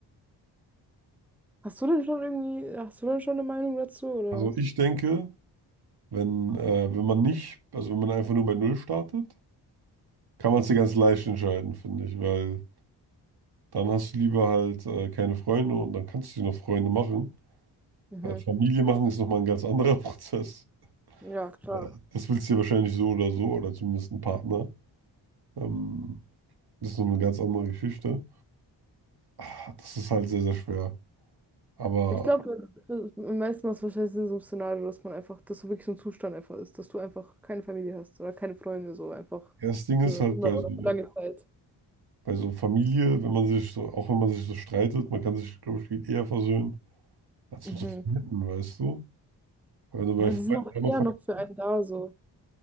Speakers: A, in the centre; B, on the right (about 55°).
A: hast du denn schon irgendwie, hast du denn schon eine Meinung dazu, oder?
B: also ich denke, wenn, äh, wenn man nicht, also wenn man einfach nur bei Null startet, kann man es dir ganz leicht entscheiden, finde ich, weil dann hast du lieber halt äh, keine Freunde und dann kannst du dir noch Freunde machen.
A: Mhm.
B: Weil Familie machen ist nochmal ein ganz anderer <laughs> Prozess.
A: Ja, klar.
B: Ja, das willst du ja wahrscheinlich so oder so, oder zumindest ein Partner. Ähm, das ist noch eine ganz andere Geschichte. Ah, Das ist halt sehr, sehr schwer. Aber
A: Ich glaube, am meisten macht es wahrscheinlich Sinn, so ein Szenario, dass man einfach, dass so wirklich so ein Zustand einfach ist, dass du einfach keine Familie hast oder keine Freunde, so einfach
B: ja, das Ding ist
A: für
B: halt
A: immer
B: bei
A: oder
B: so,
A: für lange Zeit.
B: bei so Familie, wenn man sich so, auch wenn man sich so streitet, man kann sich, glaube ich, viel eher versöhnen, als
A: Mhm.
B: mit so Freunden, weißt du? Weil wenn du bei
A: Ja,
B: Freunden
A: die sind auch
B: einmal
A: eher
B: verkackst,
A: noch für einen da, so.